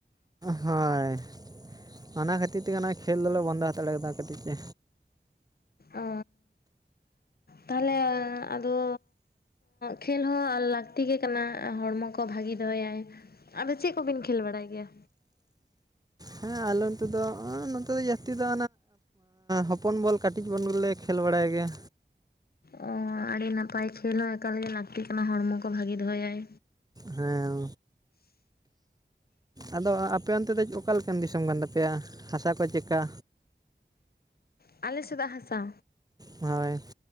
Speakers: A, on the right; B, on the left.
A: ᱦᱳᱭ, ᱚᱱᱟ ᱠᱷᱟᱹᱛᱤᱨ ᱛᱮᱜᱮ ᱱᱚᱜᱼᱚᱭ ᱠᱷᱮᱞ ᱫᱚᱞᱮ ᱵᱚᱱᱫᱚ ᱦᱟᱛᱟᱲᱮ ᱠᱟᱫᱟ ᱠᱟᱹᱴᱤᱡ ᱛᱮ᱾
B: ᱚ, ᱛᱟᱦᱞᱮ ᱟᱫᱚ ᱠᱷᱮᱞ ᱦᱚᱸ ᱞᱟᱹᱠᱛᱤ ᱜᱮ ᱠᱟᱱᱟ ᱦᱚᱲᱢᱚ ᱠᱚ ᱠᱚ ᱵᱷᱟᱜᱤ ᱫᱚᱦᱚᱭᱟᱭ᱾ ᱟᱫᱚ ᱪᱮᱫ ᱠᱚᱵᱤᱱ ᱠᱷᱮᱞ ᱵᱟᱲᱟᱭ ᱜᱮᱭᱟ?
A: ᱦᱮᱸ ᱟᱞᱮ ᱱᱚᱛᱮ ᱫᱚ ᱱᱚᱛᱮ ᱫᱚ ᱡᱟᱹᱥᱛᱤ ᱫᱚ ᱦᱚᱯᱚᱱ ᱵᱚᱞ ᱠᱟᱹᱴᱤᱡ ᱵᱚᱱ ᱜᱮᱞᱮ ᱠᱷᱮᱞ ᱵᱟᱲᱟᱭ ᱜᱮᱭᱟ᱾
B: ᱚ, ᱟᱹᱰᱤ ᱱᱟᱯᱟᱭ ᱠᱷᱮᱞ ᱦᱚᱸ ᱮᱠᱟᱞᱜᱮ ᱞᱟᱹᱠᱛᱤ ᱠᱟᱱᱟ ᱦᱚᱲᱢᱚ ᱠᱚ ᱵᱷᱟᱜᱮ ᱫᱚᱦᱚᱭᱟᱭ᱾
A: ᱦᱮᱸ, ᱟᱫᱚ ᱟᱯᱮ ᱚᱱᱛᱮ ᱫᱚ ᱚᱠᱟᱞᱮᱠᱟᱱ ᱫᱤᱥᱚᱢ ᱠᱟᱱ ᱛᱟᱯᱮᱭᱟ ᱦᱟᱥᱟ ᱠᱚ ᱪᱮᱫ ᱠᱟ?
B: ᱟᱞᱮᱥᱮᱫᱟᱜ ᱦᱟᱥᱟ?
A: ᱦᱳᱭ,